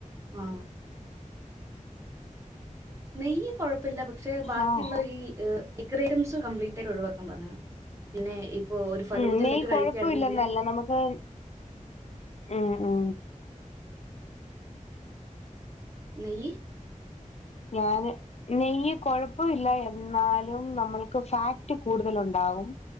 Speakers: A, on the right (about 20°); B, on the left (about 55°).
A: ആഹ നെയ്യ് കുഴപ്പമില്ല പക്ഷെ ബാക്കിയുള്ള
B: ആഹ്
A: ഈ ബേക്കറി അയിംസ് കംപ്ലീറ്റ് ആയിട്ട് ഒഴിവാക്കാൻ പറഞ്ഞീണ് പിന്നെ ഇപ്പൊ ഒരു ഫലൂദ
B: ഉം നെയ്
A: ആയിട്ട്
B: കൊഴപ്പില്ലന്നല്ല
A: കഴിക്കുകയായിരുന്നെങ്കില്
B: നമുക്ക് ഹ് ഹ്
A: നെയ്യ്
B: ഞാന് നെയ്യ് കൊഴപ്പില്ല എന്നാലും നമ്മൾക്ക് ഫാക്ട് കൂടുതല് ഉണ്ടാകും.